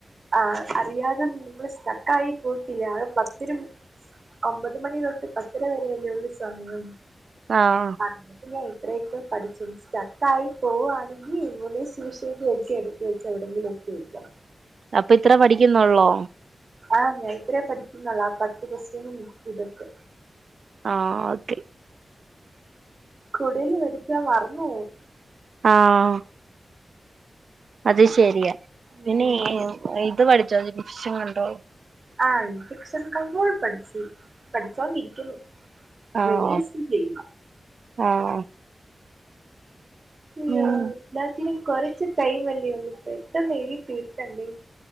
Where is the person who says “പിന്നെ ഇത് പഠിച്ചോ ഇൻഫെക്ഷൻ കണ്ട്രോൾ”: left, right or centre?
Right